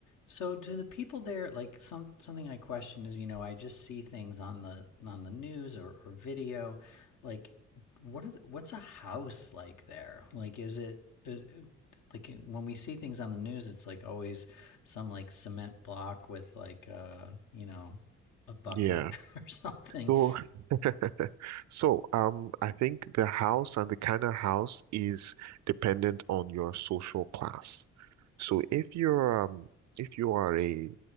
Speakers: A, on the left; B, on the right.
A: So do the people there like some something I question is, you know, I just see things on the on the news or, or video. Like what are the, what's a house like there? Like is it is, it like when we see things on the news it's like always some like cement block with like uh, you know, a bucket
B: Yeah.
A: <laughs> or something
B: So, <laughs> so um, I think the house and the kind of house is dependent on your social class. So if you're um, if you are a,